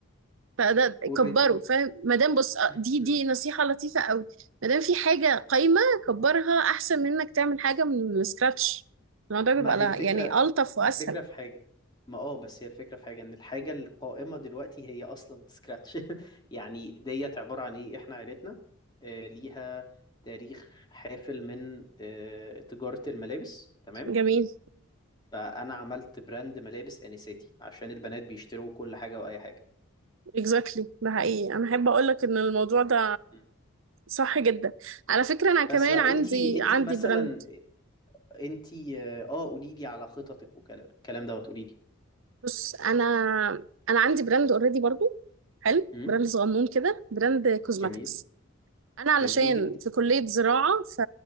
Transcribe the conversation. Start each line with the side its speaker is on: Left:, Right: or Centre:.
Right: فده
Left: اوريدي
Right: كبره فاهم مادام بص آه،
Left: <clears throat>
Right: دي دي نصيحة لطيفة أوي مادام في حاجة قايمة كبرها أحسن من إنك تعمل حاجة من سكراتش الموضوع بيبقى
Left: ما
Right: لا-
Left: هي الفكرة
Right: يعني ألطف وأسهل
Left: الفكرة في حاجة ما اه بس هي الفكرة في حاجة ان الحاجة القائمة دلوقتي هي اصلا سكراتش <laughs> يعني ديت عبارة عن ايه احنا عيلتنا آه، ليها تاريخ حافل من آه، تجارة الملابس تمام
Right: جميل
Left: فانا عملت براند ملابس انساتي عشان البنات بيشتروا كل حاجة واي حاجة
Right: اكزاكتلي exactly ده حقيقي انا احب اقول لك ان الموضوع ده
Left: م.
Right: صح جدا على فكره انا كمان
Left: بس بقى
Right: عندي
Left: انتي انتي
Right: عندي
Left: مثلا
Right: براند
Left: انتي اه آه، قوليلي على خططك وكلام الكلام دوت قوليلي
Right: بص انا انا عندي براند اوريدي برضو حلو
Left: امم
Right: براند صغنون كده براند كوزماتكس
Left: جميل
Right: انا علشان
Left: جميل جدا
Right: في كلية زراعة ف...